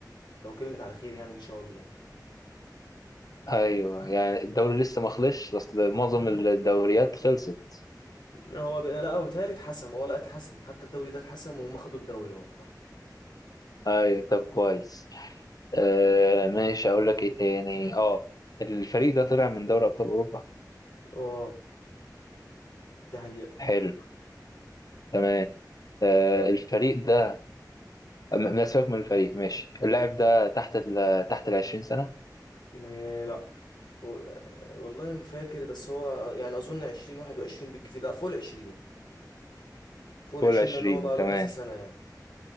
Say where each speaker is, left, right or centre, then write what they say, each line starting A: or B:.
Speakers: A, on the left; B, on the left.
A: لو كملت على خير يعني ان شاء الله
B: ايوه يعني الدوري لسه ما خلصش اصل معظم الدوريات خلصت
A: هو ب... لا هو بيتهيألي اتحسم هو لا اتحسم حتى الدوري ده اتحسم وهم خدوا الدوري اه صح
B: ايوه طب كويس آه ماشي اقول لك ايه تاني اه الفريق ده طلع من دوري ابطال اوروبا
A: اه دي حقيقة
B: حلو تمام آه الفريق ده م- لا سيبك من الفريق ماشي اللاعب ده تحت ال تحت ال 20 سنة
A: ما- لا و- آه، والله ما فاكر بس هو يعني أظن عشرين واحد وعشرين بالكتير لا فوق العشرين فوق العشرين
B: فوق ال 20
A: لأن هو بقى
B: تمام
A: له كذا سنة يعني